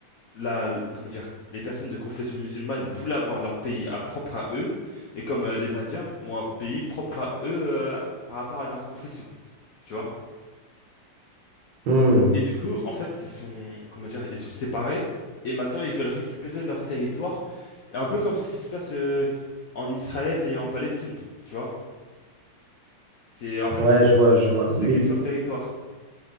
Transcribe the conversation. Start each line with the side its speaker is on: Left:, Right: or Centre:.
Left: la, comment dire, les personnes de confession musulmane voulaient avoir leur pays à, propre à eux, et comme euh, les Indiens ont un pays propre à eux euh, par rapport à leur confession, tu vois.
Right: Hmm,
Left: Et du coup, en fait, ils sont, comment dire, ils sont séparés, et maintenant ils veulent récupérer leur territoire, un peu comme ce qui se passe euh, en Israël et en Palestine, tu vois. C'est, en fait,
Right: Ouais,
Left: c'est,
Right: je vois, je vois.
Left: tout
Right: Mais,
Left: est question de territoire.